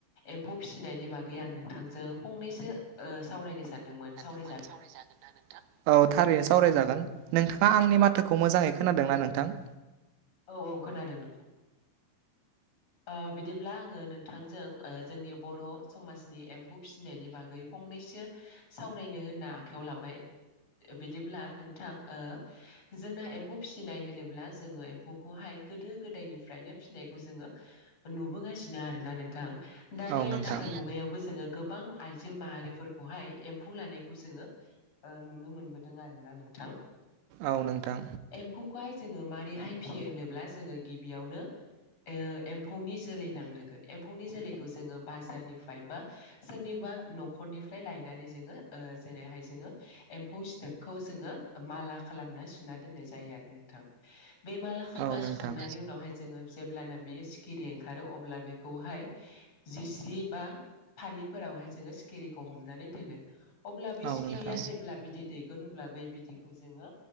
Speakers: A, on the left; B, on the right.
A: एम्फौ फिसिनायनि बागै आं नोंथांजों फंनैसो ओ सावरायनो सानदोंमोन सावराय
B: औ थारैनो सावरायजागोन नोंथां आंनि माथोखौ मोजाङै खोनादों ना नोंथां?
A: औ - औ खोनादों नोंथां। ओ बिदिब्ला आङो नोंथांजों जोंनि बर' समाजनि एम्फौ फिसिनायनि बागै फंनैसो सावरायनो होनना आखाइयाव लाबाय बिदिब्ला नोंथां ओ जोंना एम्फौ फिसिनाय होनोब्ला जोंङो एमफौखौहाय गोदो गोदायनिफ्रायनो फिसिनायखौ जोंङो नुबोगासिनो आरोना नोंथां दा दानि
B: औ नोंथां।
A: आथिखाल मुगायावबो जोंङो गोबां आइजो माहारिफोरखौहाय एम्फौ लानाय खौ जोंङो नुनो मोनबोदों आरोना नोंथां।
B: औ नोंथां
A: एम्फौखौहाय जोंङो माबारैहाय फियो होनोब्ला जोंङो गिबियावनो एओ एम्फौनि जोलै नांग्रोगोन, एम्फौनि जोलैखौ जोङो बाजारनिफ्राय बा सोरनिबा न'खरनिफ्राय लायनानै जोङो ओ जेरैहाय जोङो एम्फौ सिथोबखौ जोङो माला खालामना सुना दोननाय जायो आरो नों थां <unintelligible> बे माला खालामना
B: औ नोंथां।
A: सुखांनायनि उनावहाय जोङो जेब्लाना बेयो सिखिरि ओंखारो अब्ला बेखौहाय जिस्रि बा फालिफोरावहाय जोङो सिखिरिखौ हमनानै दोनो अब्ला बै
B: औ
A: सिखिरिया
B: नोंथां।
A: जेब्ला बिदै दैगोन अब्ला बै बिदैखौ जोङो